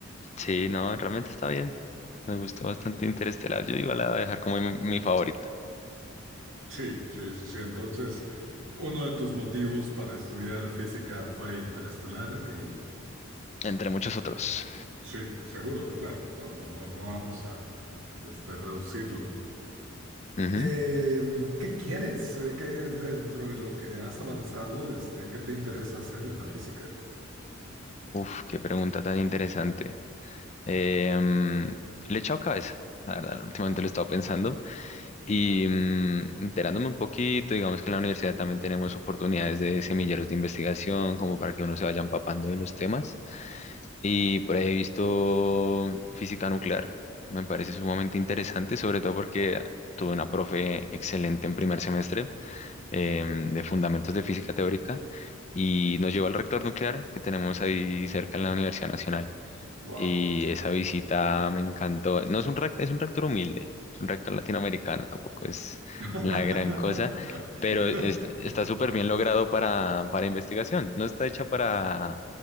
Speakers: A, on the left; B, on the right.
A: Sí, no, realmente está bien. Me gustó bastante Interestelar. Yo igual la voy a dejar como mi, mi favorita,
B: Sí, sí, sí, sí. Entonces, uno de tus motivos para estudiar física fue interestelar y
A: entre muchos otros.
B: sí, seguro, claro, no, no, no, no vamos a este, reducirlo.
A: Ujú.
B: Eh, ¿qué quieres? Eh, ¿Qué dentro de lo que has avanzado, este, qué te interesa hacer en la física?
A: Uf, qué pregunta tan interesante. Em, le he echado cabeza, la verdad, últimamente lo he estado pensando y mm, enterándome un poquito, digamos que en la universidad también tenemos oportunidades de semilleros de investigación, como para que uno se vaya empapando de los temas. Y por ahí he visto física nuclear, me parece sumamente interesante, sobre todo porque tuve una profe excelente en primer semestre em, de fundamentos de física teórica y nos llevó al reactor nuclear que tenemos ahí cerca en la Universidad Nacional.
B: Wow.
A: Y esa visita me encantó. No es un reactor, es un reactor humilde, es un reactor latinoamericano, tampoco es
B: <laughs>
A: la gran cosa, pero es- está súper bien logrado para, para investigación. No está hecha para